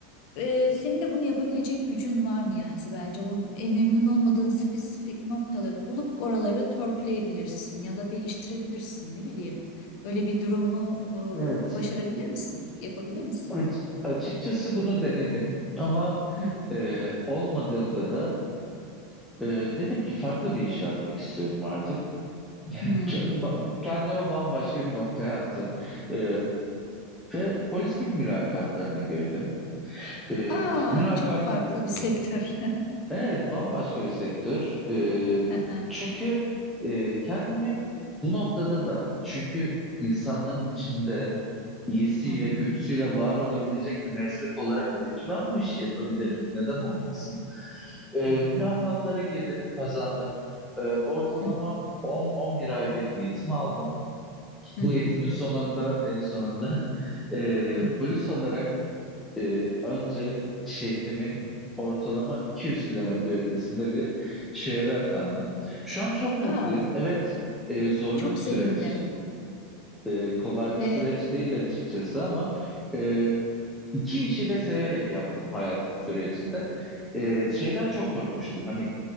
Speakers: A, on the left; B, in the centre.
A: e, senin de bunu yapabilecek gücün var mı yani? bence. O e, memnun olmadığın spesifik noktaları bulup oraları törpüleyebilirsin ya da değiştirebilirsin ne bileyim. Öyle bir durumu
B: Evet.
A: e, başarabilir misin? Yapabilir misin?
B: Aç- açıkçası bunu denedim ama
A: Hı hı.
B: e, olmadığında da e, dedim ki farklı bir iş yapmak istiyorum artık.
A: Hmm.
B: Ç- ba- kendimi bambaşka bir noktaya attım. E, ve polislik mülakatlarına girdim. E,
A: Aa,
B: mülakat
A: çok farklı bir sektör.
B: Evet, bambaşka bir sektör. Ee,
A: <laughs> Hı hı.
B: çünkü e, kendimi bu noktada da çünkü insanların içinde iyisiyle
A: Hı hı.
B: kötüsüyle var olabilecek bir meslek olarak dedim ki ben bu işi yapabilirim. Neden olmasın? Ee,
A: Hı
B: mülakatlara girdim, kazandım. Ee, ortalama
A: hı.
B: 10-11 ay bir eğitim aldım.
A: Hı
B: Bu
A: hı.
B: eğitimin sonunda en sonunda <laughs> e,
A: Hı.
B: polis olarak e, önce şehrimin ortalama 200 kilometre ötesinde bir şehre atandım. Şu an çok mutluyum.
A: Aa,
B: Evet, e, zorlu
A: çok
B: bir süreç.
A: sevindim
B: E, kolay bir
A: ve
B: süreç değil açıkçası ama e, iki işi de severek yaptım hayatım sürecinde. E, şeyden çok korkmuştum. Hani